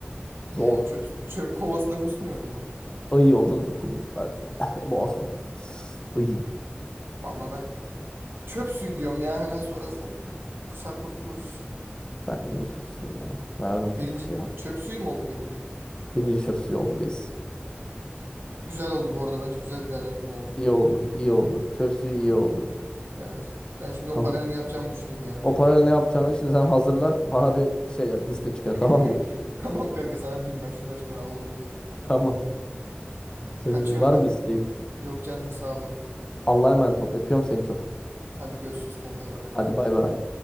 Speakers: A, on the right; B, on the left.
A: E,
B: Zor.
A: çöp, çöp kovasına kusmuyor mu?
B: Ay ondan çok kudum sensin. <laughs> Boğazıma geldi. Ay.
A: Valla ben çöp suyu diyorum ya. Hemen sonra zaten kusar kurtuluruz.
B: Ben birinci çöp suyu ya. Verdim çöp
A: Birinci
B: suyuna.
A: çöp suyu mu oldu birinci?
B: Birinci çöp suyu oldu reis.
A: Güzel oldu bu arada. Bence güzel bir değerlendirme oldu.
B: İyi oldu. iyi oldu. Çöp suyu iyi oldu.
A: Evet. Ben şimdi o
B: Kanka
A: parayla ne yapacağımı düşüneyim ya.
B: o parayla ne yapacağını şimdi sen hazırla. Bana bir şey yap. Liste çıkar
A: <laughs>
B: tamam mı?
A: Tamam kanka sana diyeyim ben şunları şunları alalım diye.
B: Tamam. Canım
A: Kaçıyorum
B: benim var
A: ben.
B: mı isteğin?
A: Yok canının sağlığı.
B: Allah'a emanet ol. Öpüyorum seni çok.
A: Hadi görüşürüz kendine iyi bak.
B: Hadi bay bay.